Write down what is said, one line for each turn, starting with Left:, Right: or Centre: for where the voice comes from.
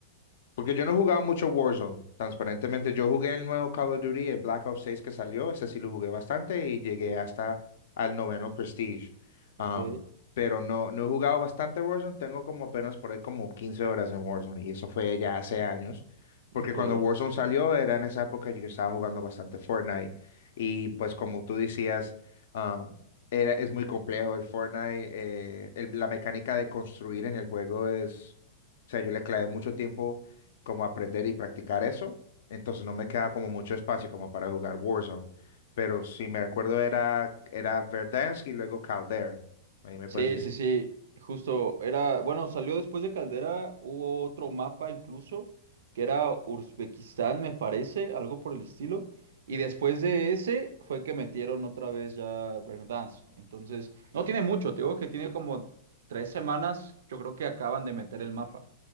Left: porque yo no jugaba mucho Warzone, transparentemente. Yo jugué el nuevo Call of Duty, el Black Ops 6 que salió, ese sí lo jugué bastante y llegué
Right: Sí.
Left: hasta al noveno Prestige.
Right: Ok,
Left: Am, pero no, no he jugado bastante Warzone, tengo como apenas por ahí como 15 horas en Warzone y eso fue ya hace años. Porque
Right: ok.
Left: cuando Warzone salió era en esa época yo estaba jugando bastante Fortnite y pues como tú decías, am, era, es muy complejo el Fortnite, eh, el- la mecánica de construir en el juego es... O sea, yo le clavé mucho tiempo como aprender y practicar eso. Entonces no me queda como mucho espacio como para jugar Warzone. Pero si me recuerdo era, era Verdansk y luego Caldera. Ahí me
Right: Sí,
Left: puedes
Right: sí, sí, justo era, bueno, salió después de Caldera, hubo otro mapa incluso, que era Uzbekistán, me parece, algo por el estilo, y después de ese fue que metieron otra vez ya Verdansk, entonces, no tiene mucho, te digo que tiene como tres semanas, yo creo que acaban de meter el mapa,